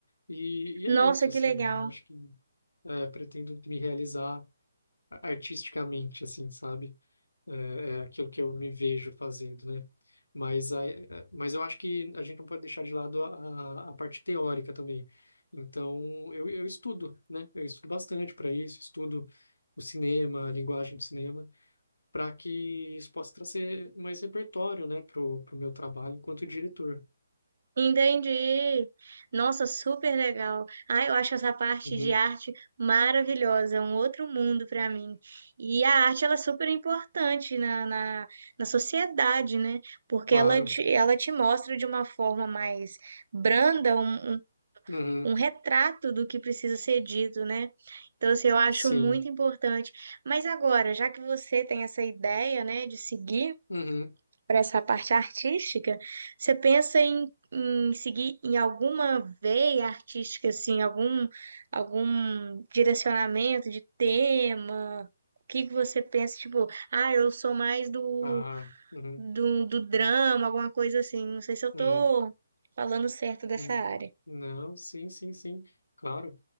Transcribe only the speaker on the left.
e, e é isso,
assim,
eu acho que é, pretendo me realizar artisticamente, assim, sabe? É, é aquilo que eu me vejo fazendo, né? Mas, a, mas eu acho que a gente não pode deixar de lado a, a parte teórica também. Então, eu, eu estudo, né? Eu estudo bastante para isso, estudo o cinema, a linguagem do cinema para que isso possa trazer mais repertório, né, pro, pro meu trabalho enquanto diretor.
Uhum,
claro.
Uhum,
sim.
Uhum,
ah, uhum,
uhum,
uhum.
Não, sim, sim, sim, claro.